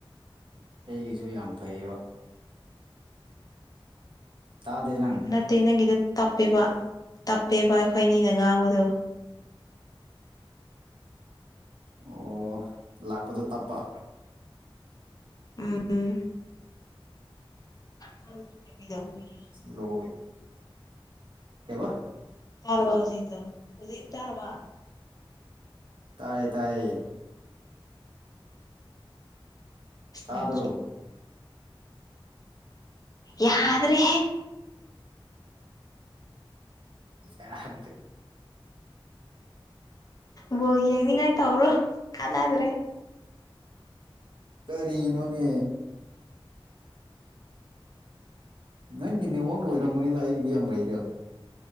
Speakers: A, on the right; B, on the left.
A: ꯑꯩꯒꯤꯁꯨ ꯌꯥꯝ ꯐꯩꯌꯦꯕ ꯇꯥꯗꯦ ꯅꯪ
B: ꯅꯠꯇꯦ ꯅꯪꯒꯤꯗ ꯇꯞꯄꯤꯦꯕ ꯇꯞꯄꯤꯕ ꯑꯩꯈꯣꯏ ꯑꯅꯤꯅ ꯉꯥꯡꯕꯗꯣ
A: ꯑꯣ ꯂꯥꯛꯄꯗꯣ ꯇꯞꯄ
B: ꯎꯝ ꯈꯪꯗ꯭ꯔꯦ ꯀꯩꯗꯧꯕꯒꯤꯔ
A: ꯂꯣ ꯀꯕ
B: ꯇꯔꯋꯥ ꯍꯧꯖꯤ ꯆ ꯍꯧꯖꯤ ꯇꯔꯋꯥ
A: ꯇꯥꯏꯌꯦ ꯇꯥꯏꯌꯦ
B: ꯁꯂ
A: ꯇꯥꯗ꯭ꯔꯣ
B: ꯌꯥ꯭ꯔꯦ
A: ꯆ
B: ꯕꯣ ꯌꯦꯡꯅꯤꯡꯉꯥꯏ ꯇꯧꯔꯣ ꯑꯗ꯭ꯔꯦ
A: ꯀꯔꯤꯅꯨꯅꯦ ꯅꯪꯒꯤ ꯅꯦꯛꯋꯥꯛꯅ ꯑꯣꯏꯔꯝꯝꯕꯅꯤꯗ ꯑꯩꯒꯤꯗꯤ ꯌꯥꯝ ꯐꯩꯗ